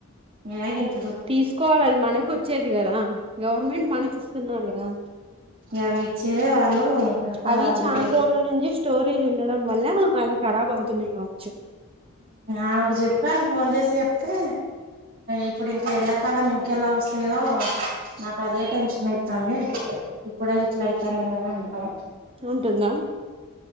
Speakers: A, on the right; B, on the right.
A: ఏ ఇంత.
B: తీసుకోవాల మనకు వచ్చేది కదా, గవర్నమెంట్ మనకి ఇస్తున్నారుగాదా.
A: అవి విచ్చేదే వాళ్ళు. పదహారు
B: అవి చాన్
A: గుడ్లు
B: రోజుల నుంచి స్టోరేజ్ ఉండ. డం వల్ల అలా ఖరాబ్ అవుతున్నాయి కావచ్చు.
A: ఆమెకు చెప్పాను ఫోన్ చేసి చెప్తే ఇప్పుడు ఇంకా ఎండాకాలం ఇంకెలా వస్తాయో నాకు అదే టెన్షన్ అవుతుంది. ఇప్పుడే ఇట్లా అయితున్నాయి అన్నది.
B: ఉంటుందా